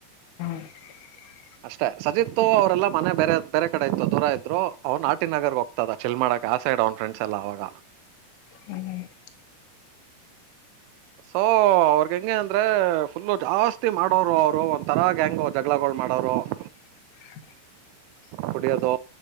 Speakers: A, on the left; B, on the right.
A: ಹ <inaudible>
B: ಅಷ್ಟೇ ಸಜಿತ್ತು ಅವ್ರರೆಲ್ಲ ಮನೆ ಬೇರೆ ಬೇರೆ ಕಡೆ ಇತ್ತು ದೂರ ಇದ್ರು ಅವ್ನ್ ನಾಟಿನ ನಗರ್ಗೆ ಹೋಗ್ತದ ಚೆಲ್ಮಾ ಆಸ ಆಡ್ ಅವನ್ ಫ್ರೆಂಡ್ಸ್ ಎಲ್ಲ ಆಗ
A: ಮನೆ <inaudible>
B: ಸೊ ಅವ್ರಗ ಹೆಂಗೆ ಅಂದ್ರೆ ಫುಲ್ಲ ಜಾಸ್ತಿ ಮಾಡೋರು ಅವ್ರು ಒಂದ ತರಾಗ ಹೆಂಗ ಜಗಳಗಳ ಮಾಡಡವ ರೋ <inaudible>
A: <inaudible>
B: ಕುಡಿಯೋದು